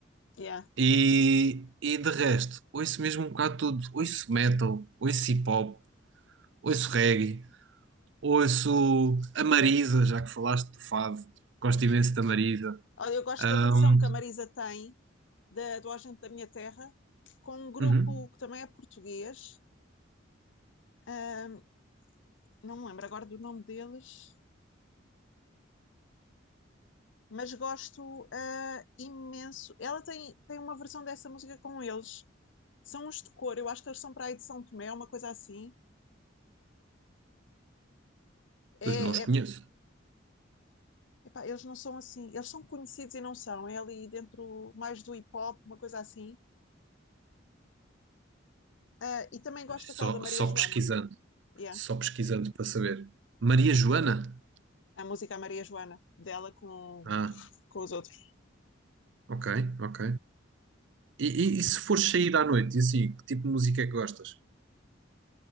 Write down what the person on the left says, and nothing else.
Yeah.
Olha, eu gosto
da versão que a Marisa tem da, do Agente da Minha Terra, com um grupo
que também é português, ahm, não me lembro agora do nome deles, mas gosto ah, imenso. Ela tem, tem uma versão dessa música com eles, são uns de cor, eu acho que eles são para aí de São Tomé, uma coisa assim. É,
é- epá, eles não são assim, eles são conhecidos e não são, é ali dentro mais do hip hop, uma coisa assim. Ah, e também gosto
daquela
da Maria
Joana,
yeah,
a música à Maria Joana, dela com,
com os outros.